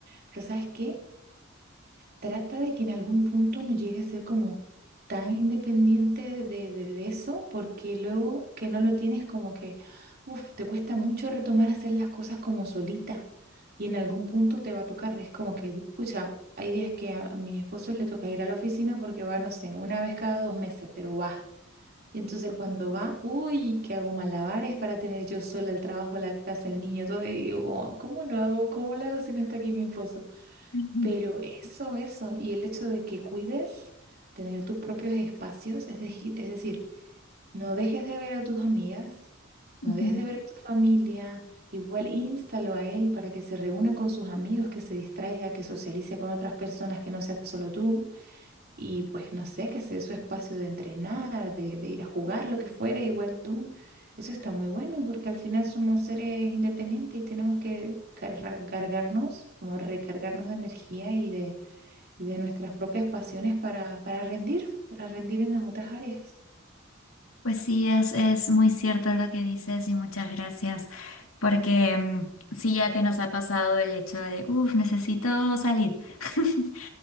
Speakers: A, on the right; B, on the left.
A: Pero ¿sabes qué? trata de que en algún punto no llegue a ser como tan independiente de, de- de eso, porque luego que no lo tienes como que, uff, te cuesta mucho retomar hacer las cosas como solita y en algún punto te va a tocar. Es como que, pucha, hay días que a, a mi esposo le toca ir a la oficina porque va, no sé, una vez cada dos meses, pero va. Y entonces cuando va, uy, que hago malabares para tener yo sola el trabajo, la casa, el niño, todo, y digo, "Oh, ¿cómo lo hago? ¿Cómo lo hago si no está aquí mi esposo?
B: Ujú,
A: Pero eso, eso, y el hecho de que cuides tener tus propios espacios, es, deji- es decir, no dejes de ver a tus amigas, no
B: ujú.
A: dejes de ver a tu familia, igual instalo a él para que se reúna con sus amigos, que se distraiga, que socialice con otras personas que no sea solo tú, y pues no sé, que se dé su espacio de entrenar, de, de ir a jugar, lo que fuera, igual tú. Eso está muy bueno porque al final somos seres independientes y tenemos que cargar- cargarnos, como recargarnos de energía y de y de nuestras propias pasiones para, para rendir, para rendir en las otras áreas.
B: Pues sí, es, es muy cierto lo que dices y muchas gracias, porque mm, sí, ya que nos ha pasado el hecho de, uff, necesito salir. <laughs>